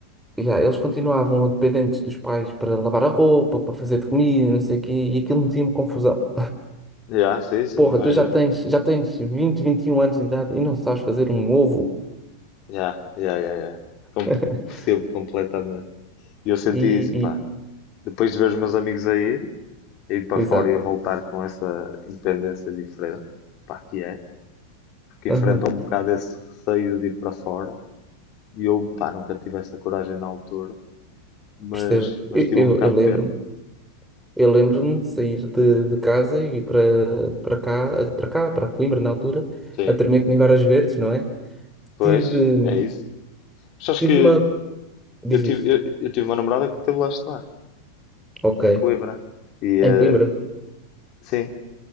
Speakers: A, in the centre; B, on the left.
A: yeah, eles continuavam dependentes dos pais para lavar a roupa, para fazer de comida, não sei o quê, e aquilo metia-me confusão.
B: Já, sim, sim,
A: Porra,
B: imagino.
A: tu já tens, já tens vinte vinte e um anos de idade e não sabes fazer um ovo.
B: Já, já, já, já. Com-
A: <laughs>
B: Percebo completamente. E eu senti
A: E,
B: isso, pá.
A: e-
B: Depois de ver os meus amigos a ir, a ir para
A: exato.
B: fora e a voltar com essa independência diferente, pá, que é, porque
A: Aham,
B: enfrentam um bocado esse receio de ir para fora. E eu, pá, nunca tive essa coragem na altura. mas,
A: percebo.
B: mas
A: Eu,
B: tive um bocado
A: eu, eu lembro-me.
B: de pena.
A: Eu lembro-me de sair de, de casa e ir para para cá, para cá, para Coimbra na altura,
B: Sim,
A: a tremer comigo Varas Verdes, não é?
B: pois,
A: Tive,
B: é isso. Mas acho
A: tive
B: que
A: uma. Diz
B: eu tive,
A: isto.
B: eu, eu tive uma namorada que teve lá a estudar,
A: Ok.
B: em Coimbra. E eh,
A: Em Coimbra?
B: sim,